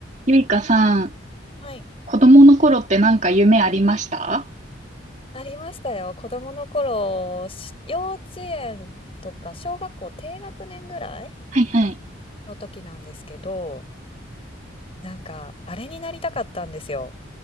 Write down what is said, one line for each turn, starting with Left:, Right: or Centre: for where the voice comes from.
Right: ゆいかさん、
Left: はい。
Right: 子供の頃ってなんか夢ありました
Left: ありましたよ。子供の頃、し幼稚園とか小学校低学年ぐらい
Right: はいはい。
Left: の時なんですけど、なんかあれになりたかったんですよ。